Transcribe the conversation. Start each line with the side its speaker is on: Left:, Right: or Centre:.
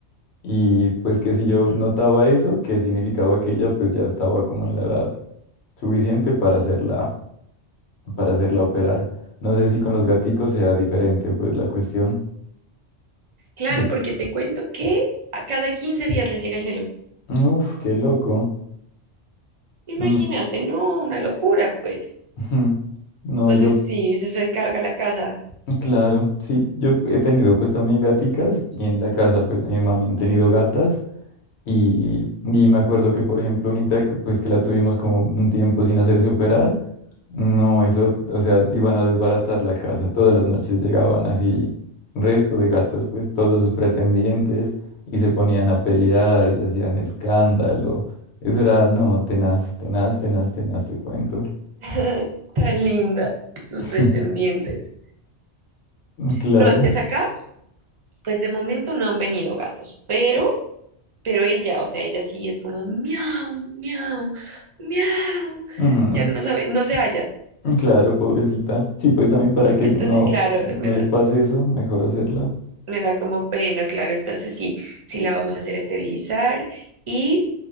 Left: Y pues que si yo
Right: Ujú.
Left: notaba eso, que significaba que ella pues ya estaba como en la edad suficiente para hacerla, para hacerla operar. No sé si con los gaticos sea diferente pues la cuestión.
Right: Claro,
Left: porque-
Right: porque te cuento que a cada 15 días les llega el celo.
Left: Uf, qué loco.
Right: Imagínate,
Left: Mm,
Right: no, una locura, pues.
Left: Ujú. No,
Right: Entonces
Left: y lo,
Right: sí, se, se carga la casa.
Left: claro, sí, yo he tenido pues también gaticas y en la casa pues de mi mami han tenido gatas y, y me acuerdo que por ejemplo unita que, pues que la tuvimos como un tiempo sin hacerse operar, no, eso, o sea, iban a desbaratar la casa, todas las noches llegaban así resto de gatos pues todos sus pretendientes y se ponían a pelear y hacían escándalo, eso era, no, tenaz, tenaz, tenaz, tenaz, te cuento.
Right: <laughs> Tan linda, sus
Left: <laughs>
Right: pretendientes.
Left: Claro.
Right: No, antes acá, pues de momento no han venido gatos, pero, pero ella, o sea, ella sí es como miau, miau, miau.
Left: Mm.
Right: Ya no sabe, no se halla.
Left: Claro, pobrecita. Sí, pues también para que
Right: Entonces,
Left: no,
Right: claro,
Left: no
Right: me
Left: le
Right: da,
Left: pase eso, mejor hacerla.
Right: me da como pena, claro. Entonces sí, sí la vamos a hacer esterilizar. ¿Y